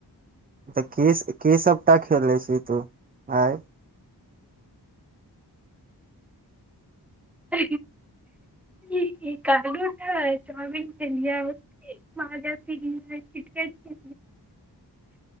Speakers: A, on the right; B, in the centre.
A: तऽ की की सभटा खेलै छी तू आँय <inaudible>
B: ह ई कहलू नै चाउमीन खेलिए मा़जा पिलिए किटकैट <inaudible>
A: <inaudible>